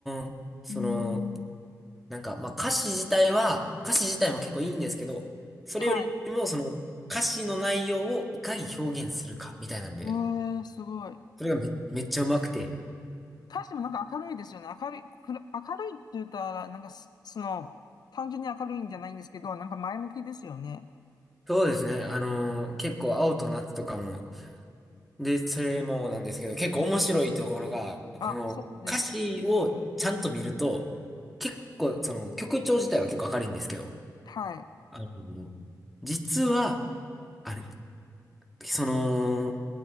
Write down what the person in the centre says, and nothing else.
ん。その、
なんか、まあ歌詞自体は、歌詞自体も結構いいんですけど、それよりもその歌詞の内容をいかに表現するかみたいなんで、
それがめ、めっちゃうまくて。
そうですね。あのー結構青と夏とかも、で、それもなんですけど、結構面白いところが、この歌詞をちゃんと見ると、
結構その曲調自体は結構明るいんですけど、
あの、実は、あれ、その、